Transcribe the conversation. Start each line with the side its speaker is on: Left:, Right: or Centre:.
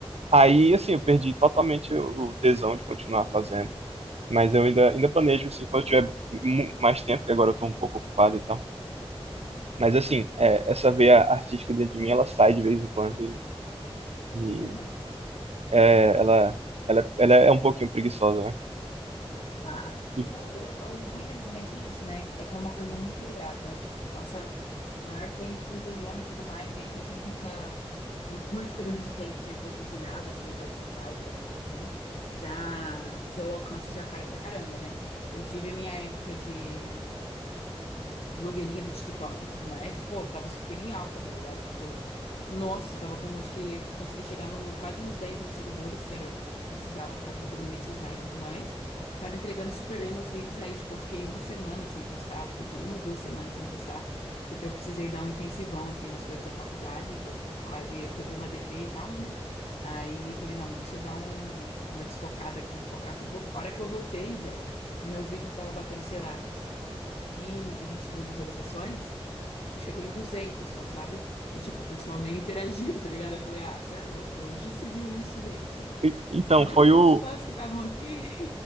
Right: Aí assim, eu perdi totalmente o o tesão de continuar fazendo. Mas eu ainda, ainda planejo assim, quando eu tiver mu- mais tempo, porque agora eu tô um pouco ocupado e tal. Mas assim, é, essa veia artística dentro de mim, ela sai de vez em quando e,
Left: <laughs>
Right: e, é, ela, ela, ela é um pouquinho preguiçosa, né?
Left: Ah,
Right: E-
Left: o, o ruim da internet é isso, né? É que é uma coisa muito ingrata, né? Tipo, tu passa o maior tempo se empenhando e tudo mais, e aí se você fica um curto período de tempo sem produzir nada, sem participar e fazer assim, já seu alcance já cai pra caramba, né? Eu tive a minha época de blogueirinha do TikTok e tudo mais. E, pô, tava super em alta, tá ligado? Tipo, nossa, eu tava com, acho que consegui chegar no, quase nos 10 mil seguidores, que era o que precisava pra poder monetizar e tudo mais. Tava entregando super bem meus vídeos, aí, tipo, eu fiquei uma semana sem postar, acho que du- uma, duas semanas sem postar, porque eu precisei dar um intensivão, assim, nas coisas da faculdade, que eu quase peguei uma DP e tal, né? Aí falei, não, deixa eu dar um, uma desfocada aqui, focar aqui um pouco. A hora que eu voltei, velho, meus vídeos que tava batendo, sei lá. 15, 20 mil visualizações, chegou em 200 só, sabe? E, tipo, o pessoal nem interagiu, tá ligado? Eu falei, ah, você é louco, onde já se viu isso, gente?
Right: e- então,
Left: Cadê
Right: foi
Left: os meus
Right: o
Left: fãs que estavam aqui?